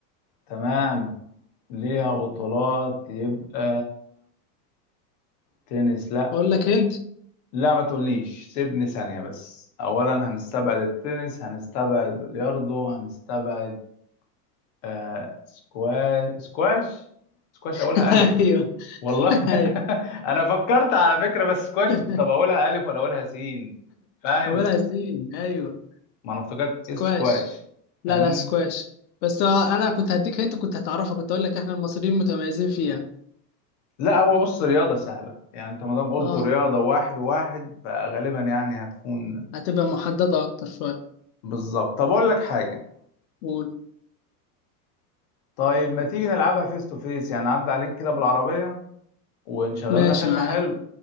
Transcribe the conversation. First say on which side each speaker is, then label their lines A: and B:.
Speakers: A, on the left; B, on the left.
A: تمام ليها بطولات يبقى تنس لا
B: اقول لك هنت
A: لا ما تقوليش سيبني ثانية بس أولا هنستبعد التنس هنستبعد بلياردو هنستبعد آه سكواش سكواش سكواش
B: <laughs>
A: أولها ألف
B: ايوه
A: والله <laughs>
B: ايوه
A: أنا فكرت على فكرة بس سكواش
B: <laughs>
A: طب أولها ألف ولا أولها سين فاهم
B: اولها سين ايوه
A: ما أنا افتكرت
B: سكواش
A: سكواش فاهمني
B: لا لا سكواش بس آه، انا كنت هديك هنت كنت هتعرفها كنت اقول لك احنا المصريين متميزين فيها
A: لا هو بص رياضة سهلة يعني أنت ما دام قلت
B: اه
A: رياضة واحد وواحد فغالبا يعني هتكون
B: هتبقى محددة اكتر شوية
A: بالظبط طب أقول لك حاجة
B: قول
A: طيب ما تيجي نلعبها فيس تو فيس يعني عدى عليك كده بالعربية ونشغل
B: ماشي
A: لنا فيلم
B: معاك
A: حلو